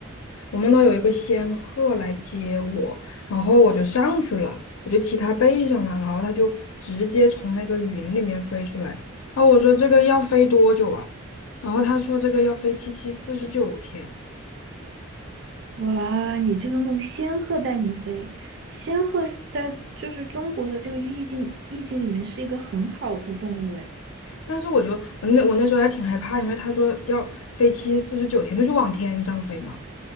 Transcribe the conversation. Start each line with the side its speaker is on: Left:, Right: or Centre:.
Left: 我梦到有一个仙鹤来接我，然后我就上去了，我就骑它背上了，然后它就直接从那个云里面飞出来。然后我说这个要飞多久啊？然后他说这个要飞七七四十九天，
Right: 哇，你这个梦，仙鹤带你飞。仙鹤是在就是中国的这个意境意境里面是一个很好的动物诶。
Left: 但是我就我那我那时候还挺害怕，因为他说要飞七四十九天，就是往天上飞嘛。